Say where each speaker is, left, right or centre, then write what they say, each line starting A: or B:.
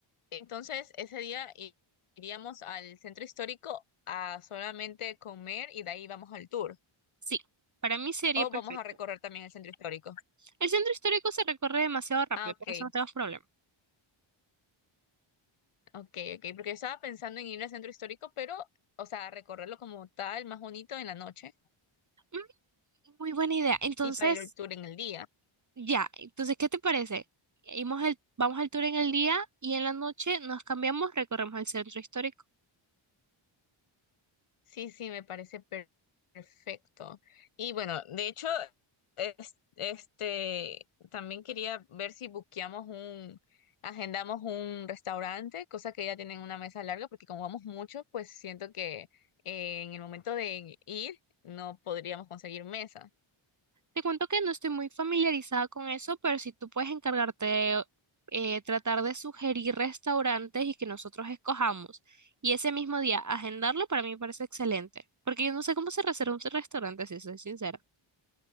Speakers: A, on the left; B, on the right.
A: entonces ese día i- iríamos al centro histórico a solamente comer y de ahí vamos al tour.
B: Sí, para mí sería
A: O
B: perfecto.
A: vamos a recorrer también el centro histórico.
B: El centro histórico se recorre demasiado rápido,
A: Ah, ok,
B: por eso no tenemos problema.
A: ok, ok, porque estaba pensando en ir al centro histórico, pero, o sea, recorrerlo como tal, más bonito en la noche
B: Mm, Muy buena idea. Entonces,
A: y para ir al tour en el día.
B: Ya, entonces, ¿qué te parece? Vamos el, vamos al tour en el día y en la noche nos cambiamos, recorremos el centro histórico.
A: Sí, sí, me parece per- perfecto. Y bueno, de hecho, es- este, también quería ver si buqueamos un, agendamos un restaurante, cosa que ya tienen una mesa larga, porque como vamos mucho, pues siento que eh, en el momento de ir no podríamos conseguir mesa.
B: Te cuento que no estoy muy familiarizada con eso, pero si tú puedes encargarte de eh, tratar de sugerir restaurantes y que nosotros escojamos y ese mismo día agendarlo, para mí me parece excelente, porque yo no sé cómo se reserva un restaurante, si soy sincera.